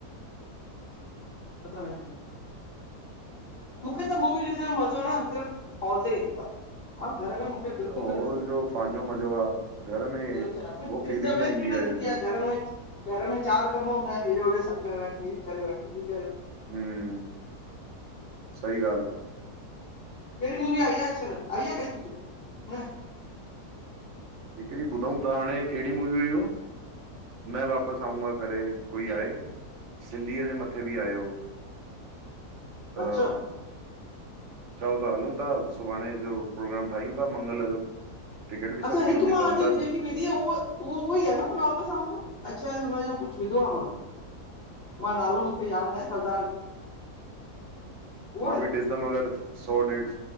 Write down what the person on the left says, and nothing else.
अल <inaudible> मूंखे त मूवी ॾिसण में मज़ो न सिर्फ़ हॉल ते ईंदो आह। घर में मूंखे बिल्कुल
बि न पसंद।
ॿियो छा। कुछडिस्टबेंस
बि न थींदी
आहे घर में घर में चार कम इोड़ सकर वटी कल वटी <inaudible>
केहड़ी मुवी आई आ अजकल? आई आ काई सुठी न?
<inaudible>
अच्छा,
अच्छा
हिकु
मां
अॼु जेकी विडियो उह उहो उहो ई आहे न मैं वापिस आऊंगा? अच्छा हुनजो कुछ विधो आ मां। मां नालो मूंखे याद नाहे सरदार <inaudible> उहो आहे?